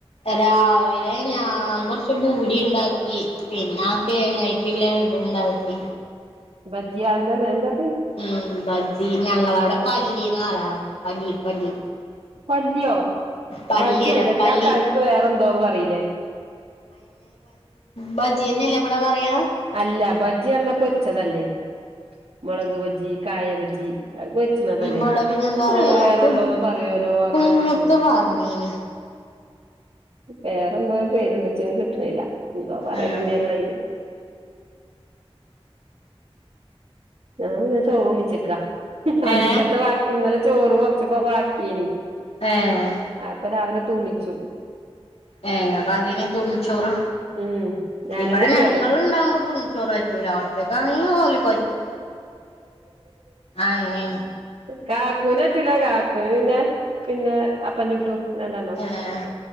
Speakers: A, on the left; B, on the right.
A: രാവിലെ ഞാൻ കൊറച്ച് ബൂടിണ്ടാക്കി പിന്നെ ആക്കെങ്ങയ്ട്ടുള്ള ഇതുംണ്ടാക്കി
B: ബജ്ജിയ എന്തല്ല എന്താ
A: ഉം ബജ്ജി ഞങ്ങളവിടെ പല്ലിന്ന് പറയാ പല്ലി പല്ലി
B: പല്ലിയോ
A: പല്ലിയല്ല
B: ബജ്ജല്ലടി
A: പല്ലി
B: ആ കഴക്ക് വേറെ എന്തോന്ന് പറീലേ
A: ബജിയന്നെല്ല ബടെ പറയാ
B: അല്ല ബജ്ജി പറഞ്ഞാൽ പൊരിച്ചതല്ലേ മുളക് ബജി, കായ ബജി വരിച്ചണതല്ലേ
A: ഇവിടെ പിന്നെ എന്താ
B: ഇ
A: പറയാ
B: വേറെന്തോന്ന്
A: കു
B: പറയലോ ആക്കെറിക്ക്
A: കുഞ്ഞത്ത് പറഞ്ഞീനി
B: പേറെന്തോ പേരുണ്ടച്ചും കിട്ടണില്ല എന്തോ പറയലുണ്ട്
A: ആഹ്
B: ഞങ്ങളതിന് ഞാൻ പിന്നെ ചോറ് ഒന്നിച്ചേക്കാ അന്തിക്കത്തെ
A: ഏ
B: ബാക്കി ഇന്നല ചോറ് കൊറച്ച് ബാക്കിയണ
A: ഏഹ്
B: അപ്പൊ രാവലെ തൂമിച്ചു
A: ഞങ്ങക്ക് അതിന് തുണ്ണിച്ചോറ്
B: ഉം ഞാനും
A: ഇവിടെ
B: കുട്ടികളും
A: ഞങ്ങള് ഇണ്ടാവകുമ്പോ തുണ്ണിച്ചോറ ചൂ ഒറ്റക്ക ആണെങ്കില് ഓലകൊറ്റു ആഹ് ഇങ്ങനെ
B: കാക്കുവിനറ്റില്ല കാക്കുന് പിന്നെ പിന്നെ അപ്പൻചുട്ടു രണ്ടെണ്ണോ
A: ഏഹ്